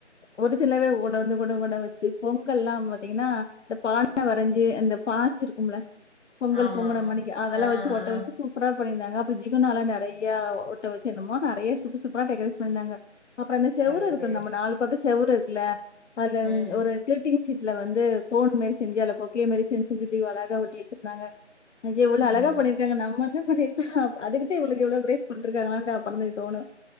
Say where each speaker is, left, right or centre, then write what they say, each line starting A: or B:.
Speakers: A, on the left; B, on the left.
A: ஒரு சிலவே கூட வந்து கூட கூட வச்சு பொங்கல் எல்லாம் பாத்தீங்கன்னா இந்த பானை வரைஞ்சு அந்த பாய்ச்சிருக்கும்ல பொங்கல்
B: ஆமா
A: பொங்கன
B: ஆமா.
A: மணிக்கு அதெல்லாம்
B: ஆ
A: வச்சு ஒட்ட
B: ஆ
A: வச்சு சூப்பரா பண்ணிருந்தாங்க அப்றோ ஜிகுநாலா நறையா ஒட்ட வச்சி என்னமோ நறையா சூப்பர் சூப்பரா டெக்கரேட் பண்ணிருந்தாங்க அப்றோ அந்த செவுரு
B: அது
A: இருக்கு
B: சரி.
A: நம்ம நாலு பக்க செவுரு இருக்குல அதுல
B: ம்
A: ஒரு கிளிட்டிங் சீட்ல வந்து கோன்மெஸ் செஞ்சால பொக்கே மாரி செஞ்சு செஞ்சு எப்டி அழகா ஒட்டி வச்சிருகாங்க எவ்ளோ
B: ம்
A: அழகா பண்ணிருக்காங்க நம்ம என்ன பண்ணிருக்கோ அதுக்கு தா இவுளுக்கு இவ்ளோ பிரைஸ் குடுத்துருகாங்களா <unintelligible> தோணும்